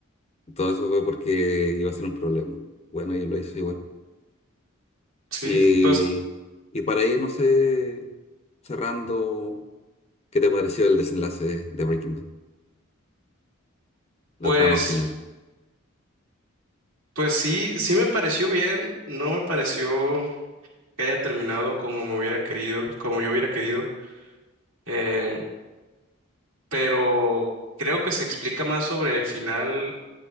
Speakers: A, on the left; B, on the right.
A: Todo eso fue porque iba a ser un problema. Bueno, y lo hizo igual.
B: Sí,
A: Y,
B: pues,
A: y para ir, no sé, cerrando, ¿qué te pareció el desenlace de Breaking Bad? La
B: pues.
A: trama final.
B: Pues sí, sí me pareció bien, no me pareció que haya terminado como me hubiera querido, como yo hubiera querido, eh, pero creo que se explica más sobre el final,